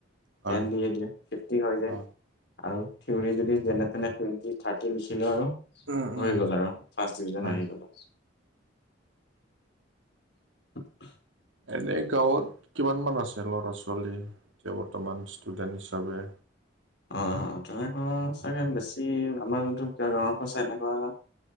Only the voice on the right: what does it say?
হয়
অ,
উম,
উম,
হয়।
এনেই গাঁৱত কিমান মান আছে ল'ৰা-ছোৱালী এতিয়া বৰ্তমান ষ্টুডেণ্ট হিচাপে।